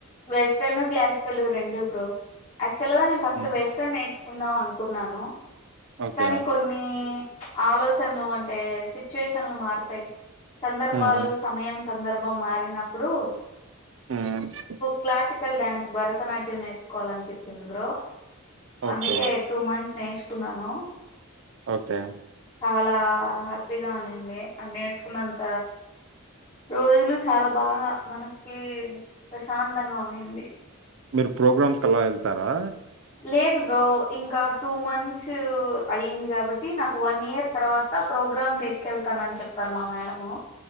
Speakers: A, on the left (about 25°); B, on the right (about 60°).
A: వెస్టర్న్ క్లాసికల్ రెండు బ్రో యాక్చువల్ గా నేను ఫస్ట్
B: మ్మ్
A: వెస్టర్న్ నేర్చుకుందామను కున్నాను
B: ఓకే
A: కానీ కొన్ని ఆలోచ్ షన్లు అంటే సిచ్యువేషన్లు మారతాయి సందర్భాలు
B: మ్మ్
A: సమయం సందర్భం మారిన ప్పుడు
B: మ్
A: క్లాసికల్ డ్యాన్స్ భరతనాట్యం నేర్చుకోవాలనిపించింది బ్రో
B: ఓకే
A: అందుకే టూ మంత్స్ నేర్చుకున్నాను
B: ఓకే
A: చాలా హ్యాపీగా ఉన్నింది అ నేర్చుకున్నంత రోజులు చాలా బాగా మనసుకి ప్రశాంతంగా ఉన్నింది
B: మీరు ప్రోగ్రామ్స్కిలా ఎళ్తారా
A: లేదు బ్రో ఇంకా టూ మంత్స్ అయ్యింది కాబట్టి నాకు వన్ ఇయర్ తర్వాత ప్రోగ్రామ్ తీసుకెళ్తానని చెప్పారు మా madam